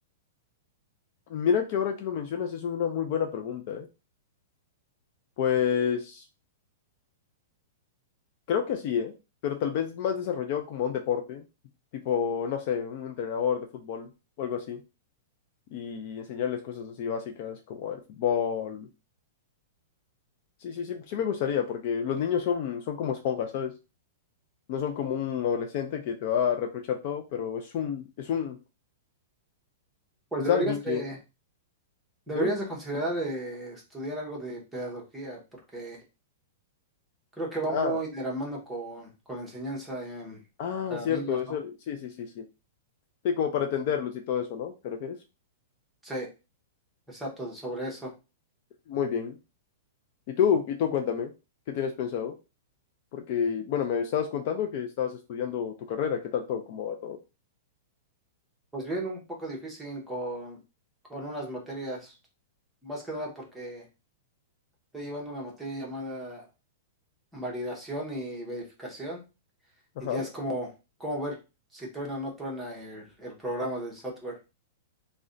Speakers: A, on the left (about 40°); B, in the centre.
A: mira que ahora que lo mencionas es una muy buena pregunta, ¿eh? Pues creo que sí, ¿eh? Pero tal vez más desarrollado como un deporte, tipo, no sé, un entrenador de fútbol o algo así. y enseñarles cosas así básicas como el fútbol. Sí, sí, sí, sí me gustaría, porque los niños son, son como esponjas, ¿sabes? No son como un adolescente que te va a reprochar todo, pero es un, es un,
B: Pues
A: es
B: deberías
A: alguien que...
B: de, deberías
A: ¿Dime?
B: de considerar eh, estudiar algo de pedagogía, porque creo que va
A: Ah,
B: muy de la mano con, con la enseñanza em,
A: ah,
B: para
A: cierto,
B: niños,
A: es
B: ¿no?
A: el- sí, sí, sí, sí. Sí, como para entenderlos y todo eso, ¿no? ¿Te refieres?
B: Sí, exacto, sobre eso.
A: Muy bien. Y tú, y tú cuéntame, ¿qué tienes pensado? Porque, bueno, me estabas contando que estabas estudiando tu carrera, ¿qué tal todo? ¿Cómo va todo?
B: Pues bien, un poco difícil con, con unas materias, más que nada porque estoy llevando una materia llamada validación y verificación.
A: Ajá.
B: y ya es como, como ver si truena o no truena el, el programa del software.